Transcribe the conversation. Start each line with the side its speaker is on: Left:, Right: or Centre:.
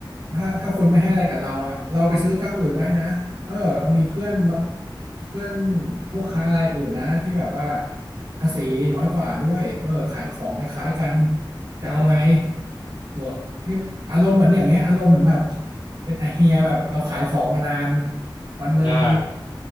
Right: ถ้าถ้าคุณไม่ให้อะไรกับเราอ่ะเราไปซื้อเจ้าอื่นได้นะเออเรามีเพื่อนบางเพื่อนผู้ค้ารายอื่นนะที่แบบว่าภาษีน้อยกว่าด้วยเออขายของคล้ายๆกันจะเอาไง
Left: อืมอืม
Right: เออพี่อารมณ์เหมือนอย่างเงี้ยอารมณ์เหมือนแบบเป็นไอาเฮียแบบเราขายของมานานวันหนึ่ง
Left: อ่า